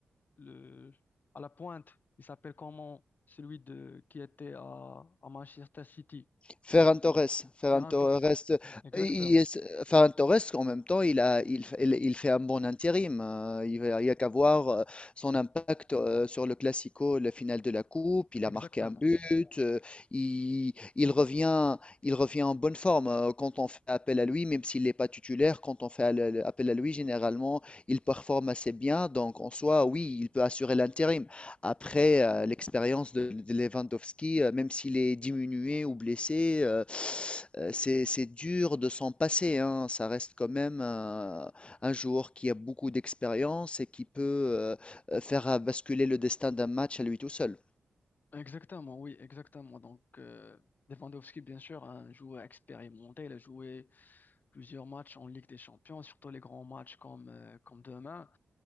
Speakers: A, on the left; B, on the left.
A: le, à la pointe, il s'appelle comment celui de, qui était à, à Manchester City.
B: Ferran Torres, Ferran
A: Faire un
B: Torres,
A: Exactement.
B: il est- Ferran Torres, en même temps, il a, il, f- il, il fait un bon intérim. euh, Il va- il y a qu'à voir euh, son impact euh, sur le Classico, la finale de la Coupe. Il
A: Exactement.
B: a marqué un but. euh, Il, il revient, il revient en bonne forme euh, quand on fait appel à lui, même s'il n'est pas titulaire. Quand on fait al- appel à lui, généralement, il performe assez bien. Donc, en soi, oui, il peut assurer l'intérim. Après, euh, l'expérience de, de Lewandowski, euh, même s'il est diminué ou blessé, euh, euh, c'est, c'est dur de s'en passer, hein. Ça reste quand même euh, un joueur qui a beaucoup d'expérience et qui peut euh, euh, faire euh, basculer le destin d'un match à lui tout seul.
A: Exactement, oui, exactement. Donc, euh, Lewandowski, bien sûr, un joueur expérimenté, il a joué plusieurs matchs en Ligue des Champions, surtout les grands matchs comme, euh, comme demain.